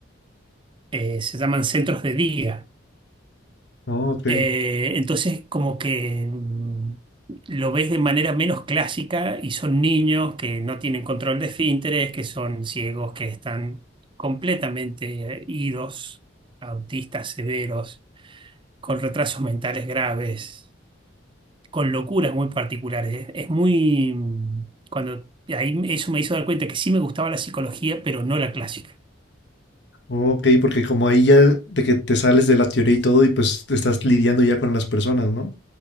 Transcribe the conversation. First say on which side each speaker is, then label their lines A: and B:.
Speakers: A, on the right (about 25°); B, on the left (about 60°).
A: Eh, se llaman centros de día.
B: Oh, ok.
A: Eh, entonces, como que mm, lo ves de manera menos clásica y son niños que no tienen control de esfínteres, que son ciegos, que están completamente eh, idos, autistas severos, con retrasos mentales graves. con locuras muy particulares. Es, es muy... mm, Cuando ahí eso me hizo dar cuenta que sí me gustaba la psicología, pero no la clásica.
B: oh, Ok, porque como ahí ya de que te sales de la teoría y todo y pues te estás lidiando ya con las personas, ¿no?